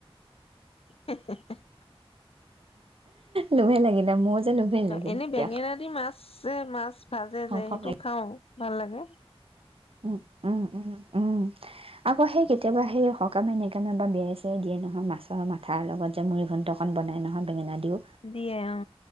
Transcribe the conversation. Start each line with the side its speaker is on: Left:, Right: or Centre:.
Left: <unintelligible>
Right: লোভে লাগিলে মোৰ যে লোভে লাগিলে
Left: এনে
Right: এতিয়া
Left: বেঙেনা দি মাছ যে মাছ ভাজে
Right: খাওঁ
Left: যে
Right: খাওঁ
Left: সেইটো খাও ভাল লাগে
Right: উ উম উম উম আকৌ সেই কেতিয়াবা সেই সকামে নিকামে বা বিয়াই চাই দিয়ে নহয় মাছৰ মাথাৰ লগত যে মুৰি ঘন্টখনন বনাই নহয় বেঙেনা দিও
Left: দিয়ে অ